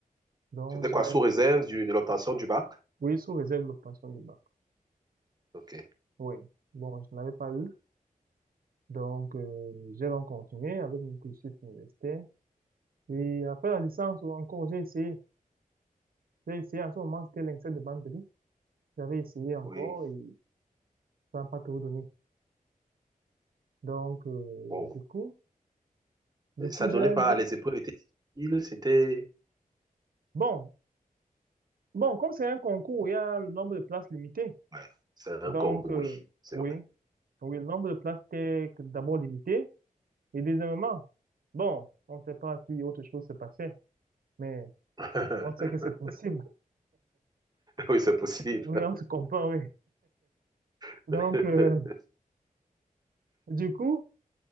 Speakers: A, on the right; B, on the right.
A: Donc,
B: c'était
A: je
B: quoi,
A: n'avais
B: sous réserve du- de l'obtention du bac?
A: Oui, sous réserve de l'obtention du bac.
B: Ok,
A: Oui. Bon, je n'avais pas eu. Donc, euh, j'ai donc continué avec mon cursus universitaire. Et après la licence, encore, j'ai essayé. J'ai essayé, à ce moment, c'était l'INSEAD de Bambéry. J'avais essayé encore
B: oui.
A: et ça n'a pas tout donné. Donc, euh,
B: Wow.
A: du coup, du
B: Mais
A: coup,
B: Ça donnait
A: j'ai,
B: pas,
A: j'ai-
B: les épreuves étaient difficiles, c'était...
A: Bon, bon, comme c'est un concours, il y a le nombre de places limitées.
B: Ouais, c'est un
A: Donc,
B: concours,
A: euh,
B: oui, c'est
A: oui,
B: vrai.
A: oui, le nombre de places était d'abord limité. Et deuxièmement, bon, on ne sait pas si autre chose se passait, mais
B: <laughs>
A: on sait que c'est possible.
B: Oui, c'est possible.
A: Oui, on se comprend, oui.
B: <laughs>
A: Donc, euh, du coup,